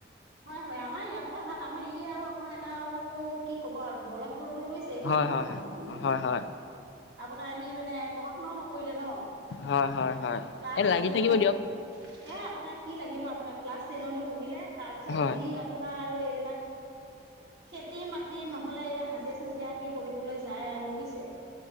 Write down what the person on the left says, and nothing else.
হয়
হয়
হয় হয় হয়
হয় হয় হয়
এ লাগি
থাকিব দিয়ক।
হয়,